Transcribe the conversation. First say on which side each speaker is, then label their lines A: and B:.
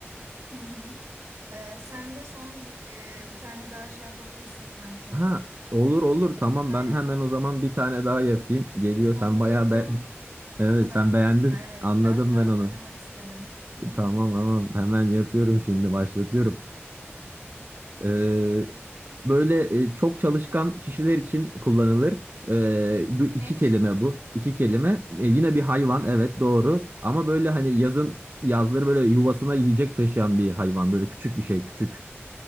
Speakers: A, on the right; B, on the right.
A: Hı hı. Ee, sen de son bir, e, bir tane daha şey yapabilirsin sanki.
B: ha olur olur tamam
A: Aynen.
B: ben hemen o zaman bir tane daha yapayım geliyor sen
A: Son
B: bayağı
A: bir yapalım.
B: be evet
A: O kadar
B: sen
A: vaktim
B: beğendin
A: var. Evet.
B: anladım
A: Biraz da
B: ben onu.
A: oynamak istedim. Hı hı.
B: Tamam tamam hemen yapıyorum şimdi başlatıyorum.
A: Başlat
B: Ee,
A: bakalım.
B: böyle e, çok çalışkan kişiler için kullanılır. Ee, bu iki
A: İnek.
B: kelime bu. İki kelime. E, yine bir hayvan
A: He.
B: evet doğru. Ama böyle hani yazın yazları böyle yuvasına yiyecek taşıyan bir hayvan. Böyle küçük bir şey küçük.